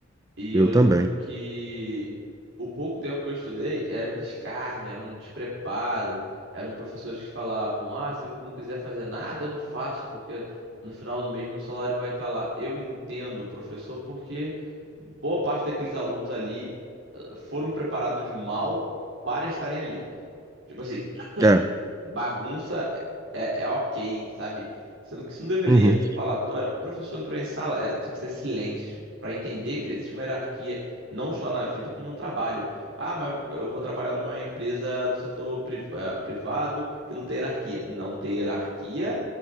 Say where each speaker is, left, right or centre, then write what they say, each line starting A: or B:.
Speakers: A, on the right; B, on the right.
A: E
B: Eu
A: eu lembro
B: também.
A: que o pouco tempo que eu estudei era um descarne, era um despreparo, eram professores que falavam: ah, se eu não quiser fazer nada, eu não faço, porque no final do mês meu salário vai estar lá. Eu entendo, professor, porque boa parte daqueles alunos ali eh, foram preparados mal para estarem ali. Tipo assim,
B: É.
A: bagunça é, é é ok, sabe? Sendo que isso não deveria.
B: Uhum.
A: Falatório, o professor entrou em sala, era, tinha que ser silêncio, para entender que existe uma hierarquia, não só na vida, como no trabalho. Ah, mas eu vou trabalhar numa empresa do setor priv- eh, privado que não tem hierarquia. Não tem hierarquia,